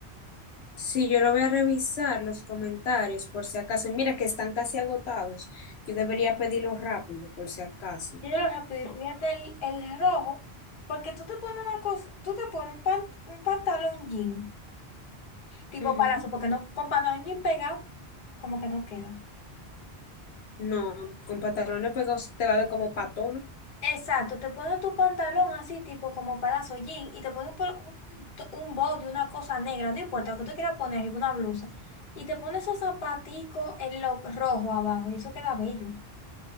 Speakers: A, on the left (about 75°); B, on the left (about 45°).
A: Sí, yo lo voy a revisar los comentarios por si acaso. Y mira que están casi agotados. Yo debería pedirlos rápido por si acaso.
B: Míralo rápido y pídete el, el rojo, porque tú te pones una cosa, tú te pones un, pan- un pantalón jean, tipo
A: Ujú.
B: palazo, porque no, con pantalón jean pegado, como que no queda.
A: No, con pantalones pegados te va a ver como patona.
B: Exacto, te pones tu pantalón así, tipo como palazo jean, y te pones por un, to- un body, una cosa negra, no importa, lo que tú quieras poner, arriba una blusa. Y te pones esos zapaticos en lo rojo abajo, y eso queda bello.